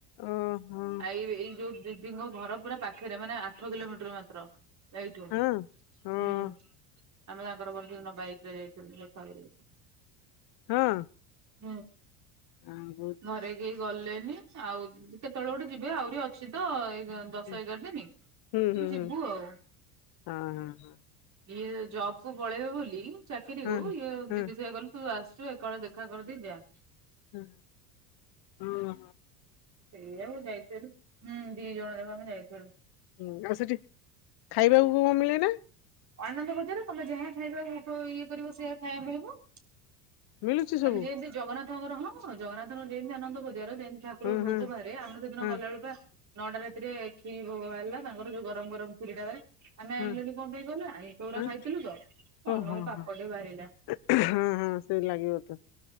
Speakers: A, on the left; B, on the right.
A: ଓହୋ
B: ଆଇ ଏଇ, ଯୋଉ ଦିଦିଙ୍କ ଘର ପୁରା ପାଖେରେ ମାନେ ଆଠ କିଲୋମିଟର ମାତ୍ର। ଏଇଠୁ ହୁଁ,
A: ହଁ ହଁ
B: ଆମେ ତାଙ୍କର, ମୋର ଯୋଉଦିନ ବାଇକରେ ଯାଇଥିଲୁ ଯୋ <unintelligible>
A: ହଁ।
B: ହୁଁ।
A: ଆଉଁ।
B: ଘରେ କେହି ଗଲେନି ଆଉ କେତୋଳେ ଗୋଟେ ଯିବେ ଆଉରି ଅଛି ତ ଏଗା ଦଶ,
A: ହୁଁ
B: ଏଗାର୍ ଦିନି
A: ହୁଁ
B: ଯିବୁ
A: ହୁଁ
B: ଆଉ।
A: ହଁ ହଁ
B: ଇଏ ଜବ୍ କୁ ପଳେଇବେ ବୋଲି ଚାକିରିକୁ,
A: ହଁ
B: ଇଏ
A: ହଁ
B: ଦିଦି ସେୟା ଗଲ୍ ତୁ ଆସଚୁ ଏକାଓଳେ ଦେଖା କରଦେଇ ଯା।
A: ହୁଁ। ଓହୋ।
B: ସେୟାକୁ ଯାଇଥେଲୁ ହୁଁ ଦି ଜଣ ଯାକ ଆମେ ଯାଇଥେଲୁ।
A: ହୁଁ, ଆଉ ସେଠି ଖାଇବାକୁ କଣ ମିଳେନା?
B: ଆନନ୍ଦ ବଜାର ତମେ ଯାହା ଖାଇବା ଭ ଇଏ କରିବ ସେୟା ଖାଇବା ମିଳିବ।
A: ମିଳୁଛି ସବୁ
B: ମାନେ ଯେମ୍ତି ଜଗନ୍ନାଥଙ୍କର, ହଁ, ଜଗନ୍ନାଥଙ୍କର ଯେନ୍ତି ଆନନ୍ଦ ବଜାର ସେ ଠାକୁରଙ୍କ
A: ହଁ
B: ଭୋଗୋ
A: ହଁ
B: ବାହାରେ, ଆମର ସେଦିନ
A: ହଁ
B: ଗଲାଳେକୁ ପା ନଟା ରାତିରେ ଖିରି ଭୋଗୋ ବାହାରିଲା, ତାଙ୍କର ଯୋଉ ଗ ଦମ୍ବରମ୍ ପୁରୀଡ଼ାବାରେ ଆମେ
A: ହଁ
B: ଆଇଲୁନି କମ୍ ଦେଇ କଇଲା ଆଇଁଷ ଗୁରା
A: ହଁ
B: ଖାଇଥିଲୁ ତ,
A: ଓ
B: ମନକୁ
A: ହଁ
B: ପାପଟେ
A: ହଁ
B: ବାରିଲା।
A: ହଁ ହଁ ସେମତି ଲାଗିବ ତ।